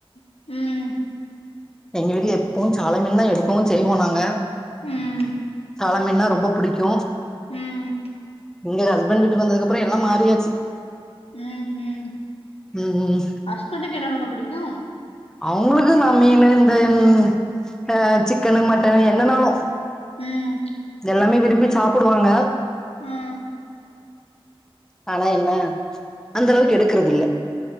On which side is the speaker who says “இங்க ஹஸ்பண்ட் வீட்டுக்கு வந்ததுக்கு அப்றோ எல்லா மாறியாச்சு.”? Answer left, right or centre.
Centre